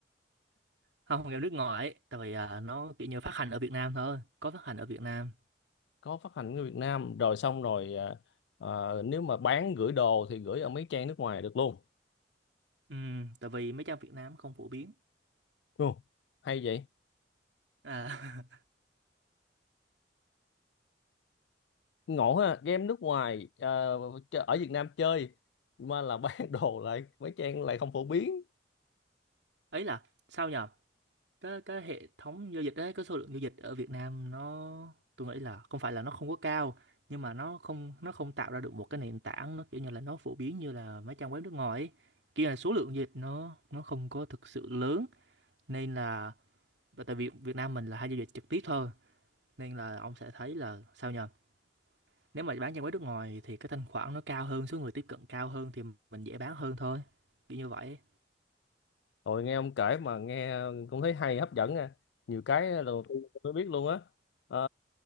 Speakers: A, on the right; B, on the left.
A: không game nước ngoài tại vì à, nó kiểu như phát hành ở Việt Nam thôi có phát hành ở Việt Nam
B: có phát hành ở Việt Nam rồi xong rồi à, à, nếu mà bán gửi đồ thì gửi ở mấy trang nước ngoài được luôn
A: ừ, tại vì mấy trang Việt Nam không phổ biến
B: đúng không? hay vậy
A: à,
B: ngộ ha game nước ngoài ờ, ch- ở Việt Nam chơi mà là <laughs> bán đồ lại mấy trang lại không phổ biến
A: <laughs> ấy là sao nhờ cái cái hệ thống giao dịch đấy cái số lượng giao dịch ở Việt Nam nó tôi nghĩ là không phải là nó không có cao nhưng mà nó không nó không tạo ra được một cái nền tảng nó kiểu như là nó phổ biến như là mấy trang web nước ngoài ấy. kia là số lượng giao dịch nó nó không có thực sự lớn nên là và tại vì Việt Nam mình là hay giao dịch trực tiếp thôi nên là ông sẽ thấy là sao nhờ Nếu mà bán cho mấy nước ngoài thì cái thanh khoản nó cao hơn, số người tiếp cận cao hơn thì mình dễ bán hơn thôi. Kiểu như vậy.
B: rồi nghe ông kể mà nghe cũng thấy hay hấp dẫn nha nhiều cái là đầu tiên tôi mới biết luôn á ờ